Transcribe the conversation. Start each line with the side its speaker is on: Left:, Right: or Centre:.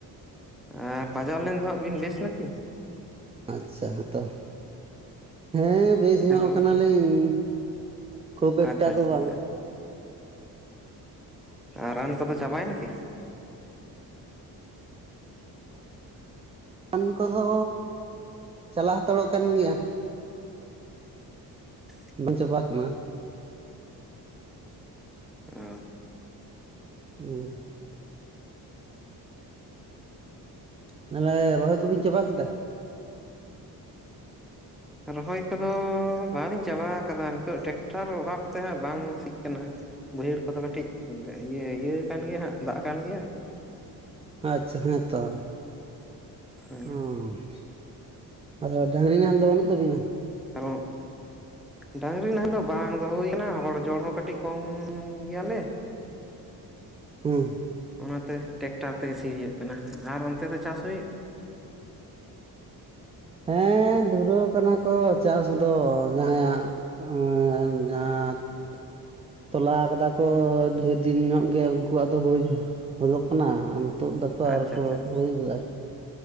Centre: ᱟᱨ ᱵᱟᱡᱟᱣ ᱞᱮᱱ ᱫᱚ ᱦᱟᱸᱜ ᱵᱤᱱ ᱵᱮᱥ ᱱᱟᱠᱤ
Right: ᱟᱪᱪᱷᱟ ᱦᱮᱛᱚ ᱦᱮᱸ ᱵᱮᱥ ᱧᱚᱜ
Centre: ᱦᱮᱞᱳ
Right: ᱠᱟᱱᱟᱞᱤᱧ ᱠᱷᱩᱵ
Centre: ᱟᱪᱪᱷᱟ
Right: ᱮᱠᱴᱟ ᱫᱚ
Centre: ᱟᱪᱪᱷᱟ
Right: ᱵᱟᱝ
Centre: ᱟᱪᱪᱷᱟ ᱚ ᱨᱟᱱ ᱠᱚᱫᱚ ᱪᱟᱵᱟᱭᱮᱱᱟ ᱠᱤ
Right: ᱨᱟᱱ ᱠᱚᱫᱚ ᱪᱟᱞᱟᱣ ᱦᱟᱛᱟᱲᱚᱜ ᱠᱟᱱ ᱜᱮᱭᱟ
Centre: ᱛ <unintelligible>
Right: ᱵᱟᱝ ᱪᱟᱵᱟ ᱠᱟᱱᱟ
Centre: ᱚ
Right: ᱦᱩᱸ ᱛᱟᱦᱚᱞᱮ ᱨᱚᱦᱚᱭ ᱠᱚᱵᱤᱱ ᱪᱟᱵᱟ ᱠᱮᱫᱟ
Centre: ᱨᱚᱦᱚᱭ ᱠᱚᱫᱚ ᱵᱟᱞᱤᱧ ᱪᱟᱵᱟ ᱠᱟᱫᱟ ᱱᱤᱛᱚᱜ ᱴᱮᱠᱴᱟᱨ ᱚᱵᱷᱟᱵ ᱛᱮᱦᱟᱸᱜ ᱵᱟᱝ ᱥᱤᱜ ᱠᱟᱱᱟ ᱵᱟᱹᱭᱦᱟᱹᱲ ᱠᱚᱫᱚ ᱠᱟᱹᱴᱤᱡ ᱤᱭᱟᱹ ᱤᱭᱟᱹ ᱠᱟᱱ ᱜᱮᱭᱟ ᱦᱟᱸᱜ ᱫᱟᱜ ᱠᱟᱱ ᱜᱮᱭᱟ
Right: ᱟᱪᱪᱷᱟ ᱦᱮᱸᱛᱚ
Centre: ᱦᱮᱸ
Right: ᱚᱸ ᱟᱫᱚ ᱰᱟᱹᱝᱨᱤ ᱱᱟᱦᱮᱞ ᱫᱚ ᱵᱟᱹᱱᱩᱜ ᱛᱟᱵᱤᱱᱟ
Centre: ᱠᱟᱨᱚᱱ ᱰᱟᱝᱨᱤ ᱱᱟᱦᱮᱞ ᱫᱚ ᱵᱟᱝ ᱫᱚᱦᱚ ᱦᱩᱭᱠᱟᱱᱟ ᱦᱚᱲ ᱡᱚᱲ ᱦᱚᱸ ᱠᱟᱹᱴᱤᱡ ᱠᱚᱢ ᱜᱮᱭᱟᱞᱮ
Right: ᱦᱮᱸ
Centre: ᱚᱱᱟᱛᱮ ᱴᱮᱠᱴᱟᱨ ᱛᱮᱜᱮ ᱥᱤ ᱦᱩᱭᱩᱜ ᱠᱟᱱᱟ ᱟᱨ ᱚᱱᱛᱮ ᱫᱚ ᱪᱟᱥ ᱦᱚᱭᱩᱜ
Right: ᱦᱮᱸ ᱫᱷᱩᱨᱟᱹᱣ ᱠᱟᱱᱟ ᱠᱚ ᱪᱟᱥ ᱫᱚ ᱡᱟᱦᱟᱸᱭᱟᱜ ᱮ ᱡᱟᱦᱟᱸᱛ <unintelligible> ᱛᱚᱞᱟ ᱠᱟᱫᱟ ᱠᱚ ᱰᱷᱮᱨ ᱫᱤᱱ ᱧᱚᱜ ᱜᱮ ᱩᱱᱠᱩᱣᱟᱜ ᱫᱚ ᱦᱩᱭ ᱜᱚᱫᱚᱜ ᱠᱟᱱᱟ ᱛᱩᱫ ᱫᱟᱠᱚ ᱟᱨᱠᱚ
Centre: ᱟᱪᱪᱷᱟ ᱟᱪᱪᱷᱟ ᱟᱪᱪᱷᱟ
Right: ᱦᱩᱭ ᱟᱨᱠᱤ